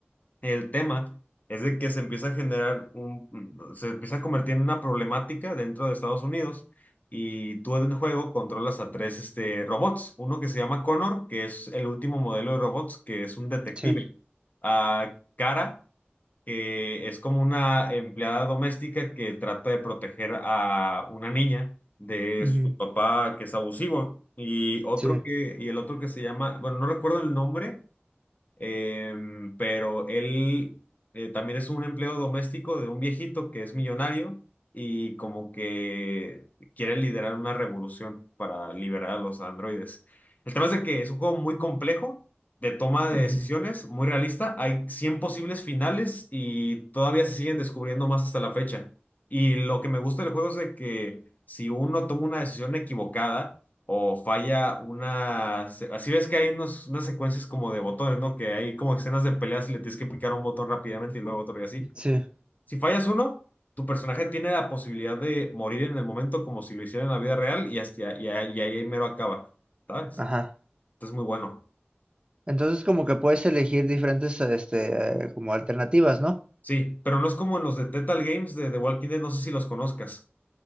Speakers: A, on the left (about 40°); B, on the right (about 25°).
A: El tema es de que se empieza a generar un, mm, se empieza a convertir en una problemática dentro de Estados Unidos y tú en el juego controlas a tres este, robots. Uno que se llama Connor, que es el último modelo de robots, que es un detective.
B: sí.
A: A Cara, que es como una empleada doméstica que trata de proteger a una niña de
B: Ujú.
A: su papá que es abusivo. Y otro
B: Sí.
A: que, y el otro que se llama, bueno, no recuerdo el nombre Em, pero él eh, también es un empleo doméstico de un viejito que es millonario y como que quiere liderar una revolución para liberar a los androides. El tema es de que es un juego muy complejo, de toma de
B: Ujú.
A: decisiones, muy realista. Hay 100 posibles finales y todavía se siguen descubriendo más hasta la fecha. Y lo que me gusta del juego es de que si uno toma una decisión equivocada, o falla una... se- Así ves que hay unos, unas secuencias como de botones, ¿no? Que hay como escenas de peleas y le tienes que picar un botón rápidamente y luego otro y así.
B: Sí.
A: Si fallas uno, tu personaje tiene la posibilidad de morir en el momento como si lo hiciera en la vida real y, hasta, y, ahí, y ahí mero acaba, ¿sabes?
B: Ajá.
A: Entonces muy bueno.
B: Entonces como que puedes elegir diferentes, este, eh, como alternativas, ¿no?
A: Sí, pero no es como en los de Telltale Games de The Walking Dead, no sé si los conozcas.